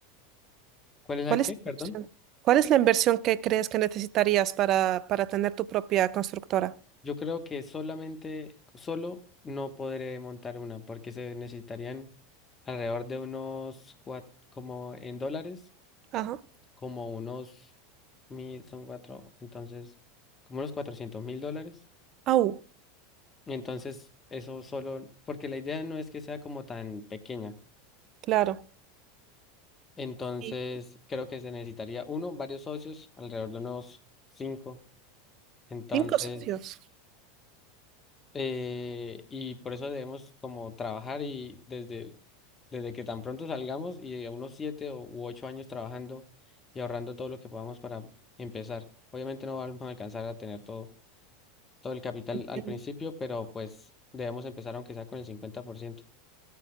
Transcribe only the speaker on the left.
¿Cuál es
la
qué?
Perdón.
Yo creo que solamente, solo no podré montar una, porque se necesitarían alrededor de unos, cua- como en dólares,
como unos mil, son cuatro, entonces, como unos cuatrocientos mil dólares.
Entonces, eso solo, porque la idea no es que sea como tan pequeña.
Entonces,
creo que se necesitaría uno, varios socios, alrededor de unos cinco. Entonces,
Eh, y por eso debemos como trabajar y desde, desde que tan pronto salgamos y a unos siete o, u ocho años trabajando y ahorrando todo lo que podamos para empezar. Obviamente no vamos a alcanzar a tener todo, todo el capital
al principio, pero pues debemos empezar aunque sea con el cincuenta por ciento